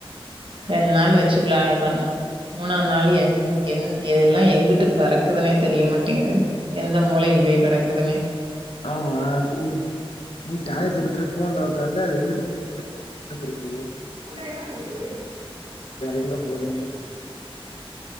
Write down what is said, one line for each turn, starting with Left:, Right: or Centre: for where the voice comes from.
Right: ரெண் நாள் வச்சி விளாட்றாங்க மூணா நாளியெ எங் கென் யெல்லா எங்குட்டு பறக்குதுனே தெரியெமட்டேங்குது எந்தெ மூளைக்கி போய் கடக்கிதுனே
Left: ஆமா நீ நீ டாய்ஸ் டுக்குர போன்லெ உக்காந்து அது எங்கிட்டு போ பேசுது
Right: அக்கா என்னா செய்தூ
Left: எங்க போதுமே